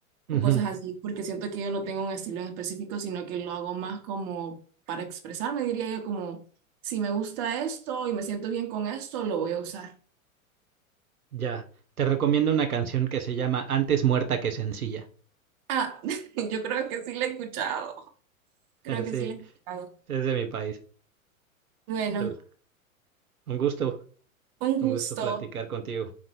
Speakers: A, on the right; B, on the right.
A: o
B: Ujú,
A: cosas así, porque siento que yo no tengo un estilo en específico, sino que lo hago más como para expresarme, diría yo, como si me gusta esto y me siento bien con esto, lo voy a usar.
B: Ya. Te recomiendo una canción que se llama Antes muerta que sencilla.
A: Ah, <laughs> yo creo que sí le he escuchado, creo
B: <laughs> Sí,
A: que sí le he escuchado.
B: es de mi país.
A: Bueno,
B: El- Un gusto,
A: un
B: un
A: gusto.
B: gusto platicar contigo.